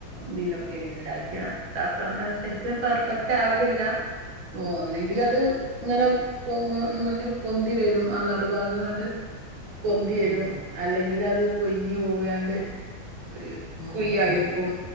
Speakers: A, on the right; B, on the left.
A: എന്തിലൊക്കെ ഉണ്ടാക്കിയ ഉണ്ടാക്കണം ശരിക്കും പെർഫെക്റ്റ് ആവലില്ല ഓ ഒന്നെങ്കിൽ അത് അങ്ങനെ പൊ മുന്നെ പൊന്തി വരും ആ നടുഭാഗങ്ങട്ട് പൊന്തി വരും
B: ഉം ഉം
A: അല്ലെങ്കിൽ അത് കൊഴിഞ്ഞു പോയാണ്ട് ഒരു
B: ഉം
A: കുയ്യായിക്കും
B: അത് തന്നെ